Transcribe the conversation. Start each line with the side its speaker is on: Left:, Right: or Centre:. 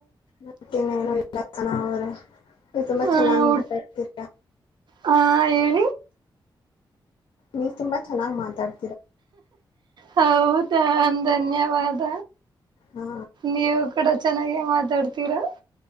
Left: ಮತ್ತ್ ಇನ್ನೇನು ಇಲ್ಲ ಸನಾ ಅವ್ರೆ ನೀವ್ ತುಂಬಾ
Right: ಹ್ಮ್
Left: ಚೆನ್ನಾಗ್ ಮಾತಾಡ್ತಿರ.
Right: ಹಾ ಹೇಳ್
Left: ನೀವ್ ತುಂಬಾ ಚೆನ್ನಾಗ್ ಮಾತಾಡ್
Right: ಹೌದಾ ಧನ್ಯವಾದ
Left: ಹಾ
Right: ನೀವು ಕೂಡ ಚೆನ್ನಾಗೆ ಮಾತಾಡ್ತಿರಾ